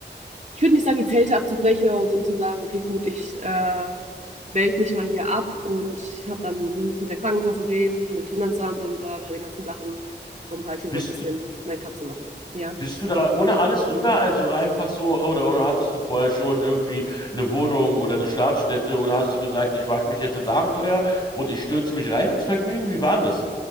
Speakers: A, on the right (about 40°); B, on the left (about 25°).
A: ich würde nicht sagen, die Zelte abzubrechen, aber so um zu sagen, okay, gut, ich äh, melde mich mal hier ab und ich hab dann, muss mit der Krankenkasse reden, mit Finanzamt und bla bla, den ganzen Sachen, um halt hier
B: Bist
A: so ein bisschen
B: du,
A: mein Cut zu machen. Ja.
B: Bist du da ohne alles rüber? Also einfach so, oder, oder hattest du vorher schon irgendwie eine Wohnung oder eine Schlafstätte oder hast du gesagt, ich wag mich jetzt ins Abenteuer und ich stürze mich rein ins Vergnügen? Wie war denn das?